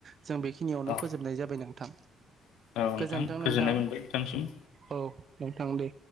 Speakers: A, on the right; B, on the left.
A: जों बेखिनियावनो
B: औ
A: फोजोबनाय जाबाय नोंथां
B: औ नोंथां
A: गोजोन्थों
B: गोजोननाय
A: नोंथां।
B: मोनबाय नोंथांसिम
A: औ नोंथां दे।